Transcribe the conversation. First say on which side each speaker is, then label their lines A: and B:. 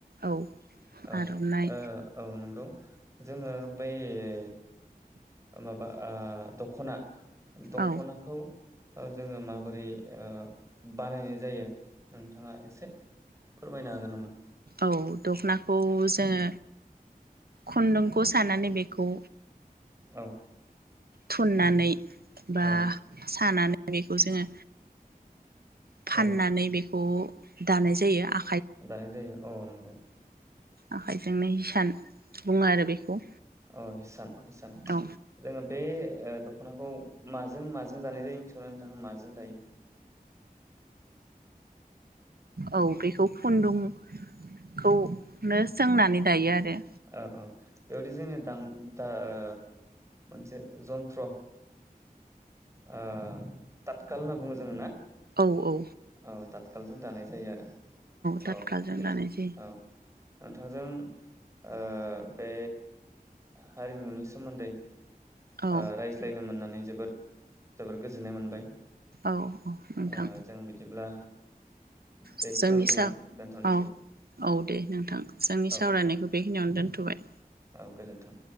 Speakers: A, on the right; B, on the right.
A: औ
B: औ
A: आर'नाइ
B: ओ औ नंगौ जोङो बै ओ। माबा ओ दखना। दखनाखौ
A: औ
B: ओ जोङो माबोरै ओ बानायनाय जायो नोंथाङा एसे फोरमायनो हागोन नामा?
A: औ दख'नाखौ जोङो खुन्दुंखौ सानानै बेखौ
B: औ।
A: थुननानै बा
B: औ
A: सानानै बेखौ जोङो फाननानै
B: औ
A: बे खौ दानाय जायो आ
B: दानाय जायो औ नंगौ।
A: आखाइजोंनो हिसान बुङो आरो बेखौ।
B: अ हिसान। हिसान
A: औ
B: जोङो बे ओ दखनाखौ माजों माजों दानाय जायो? थिगौना नोंथाङा माजों दायो?
A: औ बेखौ खुन्दुंखौनो सोंनानै दायो आरो।
B: ओ ओ बेयावदि जोंनि दां दां ओ मोनसे जन्त्र ओ थातखाल होनना बुङो जोङो ना?
A: औ औ।
B: ओ थात खालजों दानाय जायो आरो।
A: दाथखाजों
B: औ बेदि
A: दानाय जायो
B: औ। नोंथांजों ओ बे हारिमुनि सोमोन्दै
A: औ
B: ओ रायज्लायनो मोनना नै जोबोर जोबोर गोजोननाय मोनबाय।
A: औ औ नोंथां
B: ओ जों बिदिब्ला बेखिनियावनो
A: जोंनि
B: जोङो
A: सा
B: दोनथ'नोसै
A: औ औ दे नोंथां जोंनि
B: औ
A: सावरायनायखौ
B: दे
A: बेखिनियावनो दोन थबाय।
B: औ गोजोन्थों।